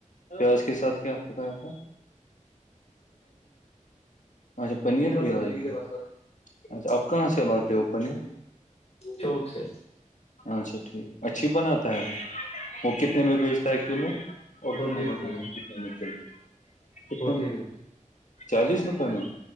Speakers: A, on the left; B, on the left.
A: پیاز کے ساتھ کیا پکایا تھا اچھا پنیر
B: پات
A: بھی لائی
B: وڈ
A: تھی۔
B: بس
A: اچھا آپ کہاں سے لاتے ہو پنیر
B: چوک سے
A: اچھا ٹھیک اچھی بناتا ہے وہ وہ کتنے میں بھیج طے کرلو اور
B: فورٹی
A: د
B: روپیز
A: بتان
B: میں
A: چل چک
B: فورٹی روپیز
A: چالیس روپئے میں